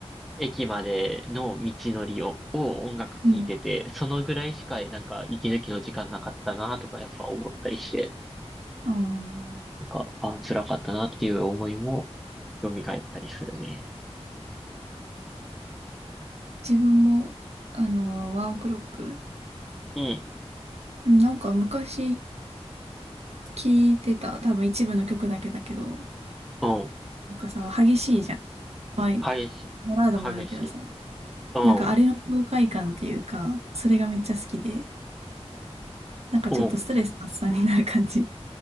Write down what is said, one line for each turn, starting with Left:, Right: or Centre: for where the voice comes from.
Centre: 駅までの道のりを、を音楽聴いてて、
Right: うん。
Centre: そのぐらいしかなんか息抜きの時間なかったなとかやっぱ思ったりして、
Right: ああ、
Centre: なんか、あー、辛かったなっていう思いも蘇ったりするね。
Right: 自分も、あの、ワンオクロック、
Centre: うん、
Right: うんなんか昔聞いてた、多分一部の曲だけだけど、
Centre: うん、
Right: なんかさ、激しいじゃん。まあ、
Centre: 激しい、
Right: バラードもあるけどさ、
Centre: 激しい。うん、
Right: なんかあれの爽快感っていうか、それがめっちゃ好きで、なんかちょっとストレス発散になる感じ。
Centre: うん。